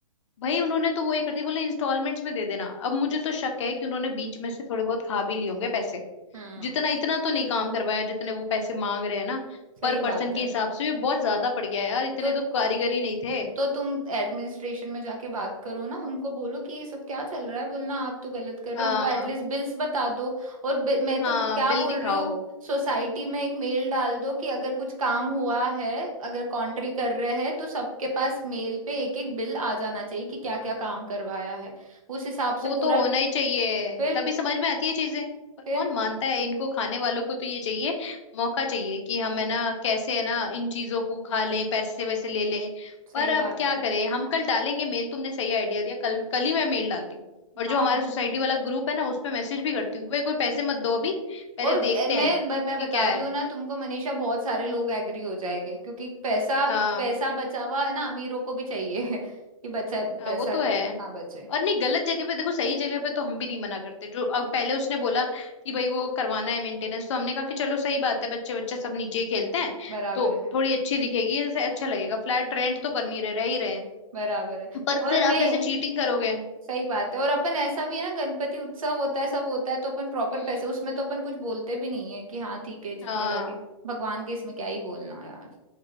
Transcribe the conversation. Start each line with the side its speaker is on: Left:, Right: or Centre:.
Left: भाई उन्होंने तो वही कर दिया बोले इंस्टॉलमेंट्स में दे देना अब मुझे तो शक है कि उन्होंने बीच में से थोड़े बहुत खा भी लिए होंगे पैसे
Right: हम्म
Left: जितना इतना तो नहीं काम करवाया जितने वो पैसे मांग रहे हैं ना
Right: सही
Left: पर
Right: बात
Left: पर्सन के
Right: है
Left: हिसाब से भी बहुत ज्यादा पड़ गया यार इतने
Right: तो
Left: तो कारीगर ही नहीं थे
Right: तो तुम एडमिनिस्ट्रेशन में जाके बात करो ना उनको बोलो कि ये सब क्या चल रहा है बोलना आप तो गलत कर
Left: हाँ
Right: रहे हो हमको एटलीस्ट बिल्स बता दो और बि- मैं
Left: हाँ
Right: तो क्या
Left: बिल
Right: बोल
Left: दिखाओ
Right: रही हूँ सोसाइटी में एक मेल डाल दो कि अगर कुछ काम हुआ है अगर कॉन्ट्री
Left: हम्म
Right: कर
Left: हम्म।
Right: रहे हैं तो सबके पास मेल पे एक एक बिल आ जाना चाहिए कि क्या क्या काम करवाया है उस हिसाब
Left: वो
Right: से पूरा
Left: तो होना ही चाहिए
Right: फिर
Left: तभी समझ में आती है चीजें पर
Right: फिर
Left: कौन मानता है इनको खाने वालों को तो ये चाहिए मौका चाहिए कि हम है ना कैसे है ना इन चीजों को खा लें पैसे वैसे ले लें पर
Right: सही
Left: अब
Right: बात
Left: क्या
Right: है
Left: करें हम कल डालेंगे मेल तुमने सही आइडिया दिया कल कल ही मैं मेल डालती हूँ और
Right: हाँ
Left: जो हमारा सोसाइटी वाला ग्रुप है ना उस पे मैसेज भी करती हूँ कि भाई कोई पैसे मत दो अभी पहले
Right: और
Left: देखते
Right: ए, मैं
Left: हैं
Right: ब- मैं
Left: कि
Right: बता
Left: क्या है
Right: रही हूँ ना तुमको मनीषा बहुत सारे लोग एग्री हो जाएंगे क्योंकि पैसा
Left: हाँ
Right: पैसा बचा हुआ है ना अमीरों को भी चाहिए <laughs> कि बच्चा
Left: हाँ
Right: पैसा
Left: वो तो
Right: ना
Left: है
Right: बचे
Left: और नहीं गलत जगह पे देखो सही जगह पे तो हम भी नहीं मना करते जो अब पहले उसने बोला कि भाई वो करवाना है मेंटेनेंस तो हमने कहा कि चलो सही बात है बच्चे बच्चे सब नीचे ही खेलते हैं
Right: बराबर
Left: तो
Right: है
Left: थोड़ी अच्छी दिखेगी ऐसे अच्छा लगेगा फ्लैट रेंट तो कर नहीं रहे रह ही रहे हैं।
Right: बराबर है
Left: पर फिर
Right: और नहीं
Left: आप ऐसे चीटिंग करोगे
Right: सही बात है और अपन ऐसा भी है ना गणपति उत्सव होता है सब होता है तो अपन प्रॉपर
Left: हम्म
Right: पैसे उसमें तो अपन कुछ बोलते भी नहीं है कि हाँ ठीक है जितने
Left: हाँ
Right: लगे भगवान के इसमें क्या ही बोलना यार